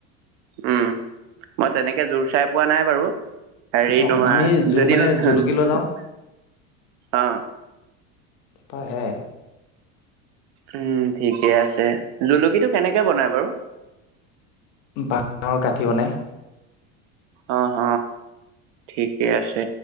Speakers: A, on the right (about 75°); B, on the left (about 55°).
A: উম, মই তেনেকে জোৰ চাই পোৱা নাই বাৰু। হেৰি
B: অঁ
A: তোমাৰ
B: আমি জোৰ
A: যদি
B: মানে
A: <unintelligible>
B: জুলুকি লৈ যাওঁ
A: অ,
B: তইহে
A: উম, ঠিকে আছে জুলুকিটো কেনেকে বনাই বাৰু?
B: বাঁহৰ গাঠি বনাই।
A: অ, হ, ঠিকেই আছে।